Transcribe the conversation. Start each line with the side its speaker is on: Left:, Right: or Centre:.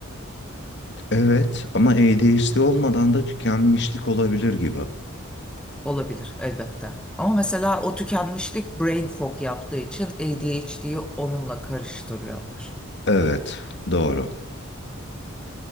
Left: Evet ama ADHD olmadan da tükenmişlik olabilir gibi.
Centre: olabilir elbette. Ama mesela o tükenmişlik brain fog yaptığı için ADHD'yi onunla karıştırıyorlar.
Left: Evet, doğru.